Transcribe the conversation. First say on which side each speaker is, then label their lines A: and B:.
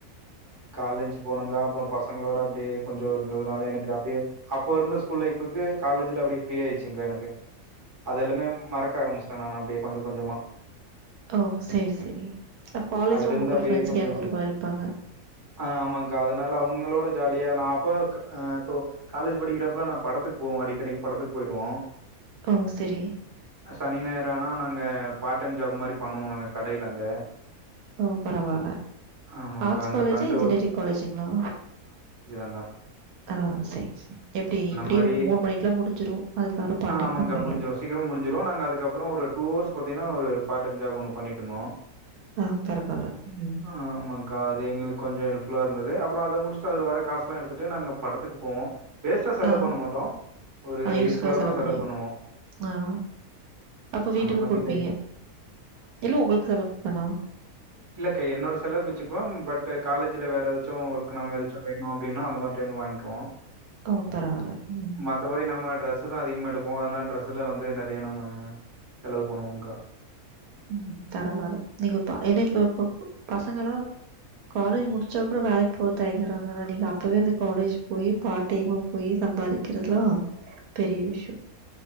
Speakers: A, on the right (about 20°); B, on the right (about 75°).
A: காலேஞ்சு போனேங்க்கா அப்பறோ பசங்களோட அப்டியே கொஞ்ச இருந்ததுனால எனக்கு அப்டியே அப் இப்ப இருந்த ஸ்கூல் லைஃபுக்கு காலேஜுல அப்டியே ஃப்ரீயாயிடுச்சுங்க்கா எனக்கு அத எல்லாமே மறக்க ஆரமிச்சுட்டே நானு அப்டியே கொஞ்ச கொஞ்சமா
B: ஓ சேரி சேரி அப்ப காலேஜுல
A: அதுலருந்து
B: உங்களுக்கு
A: அப்டியே
B: ஒரு ஃப்ரெண்ட்ஸு
A: கொஞ்சோ
B: கேங்க் ஊருவாயிருப்பாங்க
A: ஆ ஆமாங்க்கா அதனால அவுங்களோட ஜாலியா நா அப்பக் ஆ இப்போ காலேஜ் படிக்கிறப்பலா நா படத்துக்கு போவோ அடிக்கடிக்கு படத்துக்கு போயிடுவோ
B: ஓ சேரி
A: சனி ஞாயிறானா நாங்க பார்ட் டைம் ஜாப் மாரி பண்ணுவோ நாங்க கடைல அங்க
B: ஓ பரவால்ல
A: ஆமாங்க்கா
B: ஆட்ஸ்
A: அங்க
B: காலேஜா
A: ஃப்ரெண்டு
B: இஜ்ஜினியரிங் காலேஜுங்ளா
A: அதா
B: அ சரி சரி எப்டி இப்டியே
A: மாரி
B: மூணு மணிக்கெல்லா முடிஞ்சிரு அதுக்கப்ரொ பாட்
A: ஆ
B: டைம்
A: ஆமாங்க்கா
B: பண்ணுவீங்க
A: முடிஞ்சிரு சீக்கிரமா முடிஞ்சுரு நாங்க அதுகப்றொ ஒரு டூ அவர்ஸ் பாத்தீங்னா ஒரு பார்ட் டைம் ஜாப் ஒன்னு பண்ணிட்ருந்தோ
B: ஆ பரவாயில்ல ம்
A: ஆமாங் அது எங்களுக்கு கொஞ்ச ஹெல்ஃபுல்ல இருந்தது அப்றொ அத முடிச்சு அதில் வர காசெல்லா எடுத்துட்டு நாங்க படத்துக்கு போவோ வேஸ்ட்டா செலவ்
B: ஆ
A: பண்ண மாட்டோ ஒரு
B: அ யூஸ்ஃபுல்லா செலவ்
A: தா செலவு
B: பண்ணுவீங்
A: பண்ணுவோ
B: ஆ அப்பொ வீட்டுக்கு
A: அந்த மாரி
B: குடுப்பீங்க
A: லைஃப்
B: இல்ல உங்ளுக் செலவுக்தானா
A: இல்லக்க என்னோட செலவு வச்சுக்குவொ பட் காலேஜ்ல வேற எதாச்சு ஒர்க் நம்ம ஏதாச்சு வேணு அப்டினா அந்தமாரி டைம் வாய்ங்குவோ
B: ஓ பரவால்ல ம்
A: மத்தபடி நம்ம டிரெஸ்ஸுதா அதிகமா எடுப்போ அதனால டிரெஸ்ஸெல்லா வந்து நெறைய நம்ம செலவு பண்ணுவோங்கா
B: உம் பரவால நீங்கப்ப ஏன்னா இப்பொ பசங்களா காலேஜ் முடிச்சப்றோ வேலக்கி போக தயங்குறாங்க ஆனா நீங்க அப்பவே வந்து காலேஜ் போய் பார்ட் டைமா போய் சம்பாரி கிறதலா பெரிய விஷ்யொ